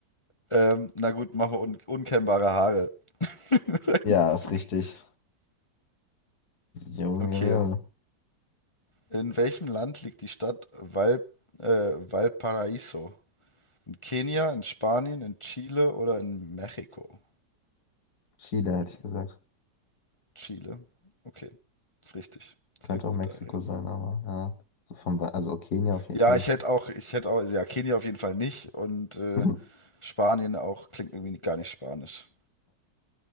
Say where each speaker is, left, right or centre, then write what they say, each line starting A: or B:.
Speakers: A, on the left; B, on the left.
A: Ähm, na gut, machen wir un unkennbare Haare. <laughs>
B: Ja, ist richtig. Junge,
A: Okay.
B: Junge.
A: In welchem Land liegt die Stadt Val äh, Valparaiso? In Kenia, in Spanien, in Chile oder in Mexiko?
B: Chile
A: Hm,
B: hätte ich gesagt.
A: Chile. Okay, ist richtig.
B: Könnte
A: Sehr gut,
B: auch Mexiko
A: Ari.
B: sein, aber ja. So vom, Wa- also Kenia auf jeden
A: Ja,
B: keinen
A: ich
B: Fall.
A: hätte auch, ich hätte auch, ja, Kenia auf jeden Fall nicht und äh,
B: <laughs>
A: Spanien auch klingt irgendwie gar nicht spanisch.